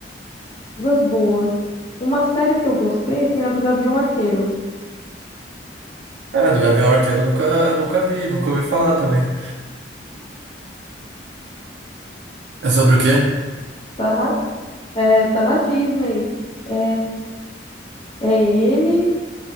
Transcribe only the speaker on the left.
coisas boas. Uma série que eu gostei foi a do Gavião Arqueiro.
Tá na, é, tá na Disney. É, é ele,